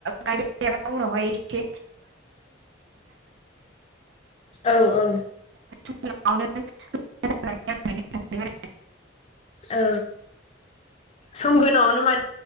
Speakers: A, on the right (about 65°); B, on the left (about 35°).
A: गायबायथायाबा उनावहाय एसे
B: औ औ
A: <unintelligible> <unintelligible>
B: औ
A: उम
B: समगोनांआवनो माने